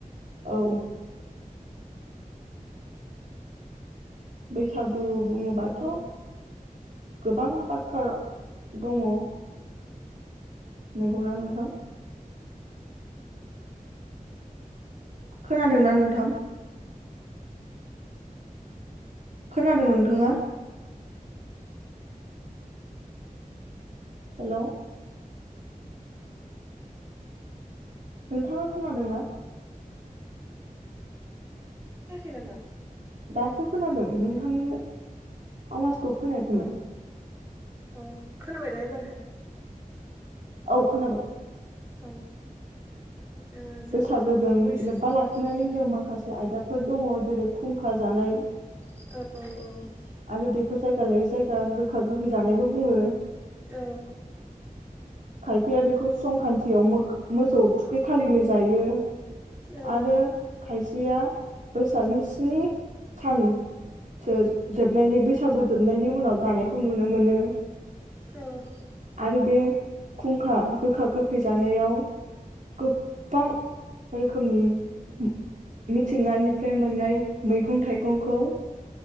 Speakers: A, on the right; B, on the right.
A: औ बैसागु
B: औ
A: बुङोबाथ'
B: औ
A: गोबां बाथ्रा दङ'। नंगौना नोंथां? खोनादोंना नोंथां खोनादों नोंथाङा? हेलौ नोंथाङा खोनादोंना?
B: याखै नामा?
A: दासो खोनादों नोंथांनि आवाजखौ खोनायाखैमोन।
B: औ औ खोनाबाय दा एबारो?
A: औ खोनाबाय।
B: औ ओ जोंनाथ'
A: बैसागोजों
B: बैसा
A: लोब्बा लाखिनानै
B: औ
A: जों माखासे आयदाफोर दङ' जेरै खुंखा जानाय
B: औ औ औ
A: आरो बेखौ जायगा लायै जायगा गोखा गोखै जानायबो बुङो।
B: औ
A: खायफाया बेखौ संख्रान्थियाव मो-मोसौ थुखै खालिनो जायो।
B: औ
A: आरो खाथि <unintelligible> बैसागनि स्नि सानसो जोबनायनि बैसागु जोबनायनि उनाव जानायखौ नुनो मोनो।
B: औ
A: आरो बे खुंखा गोखा गोखै जानायाव गोबां रोखोमनि मिथिंगानिफ्राय मोननाय मैगं थाइगंखौ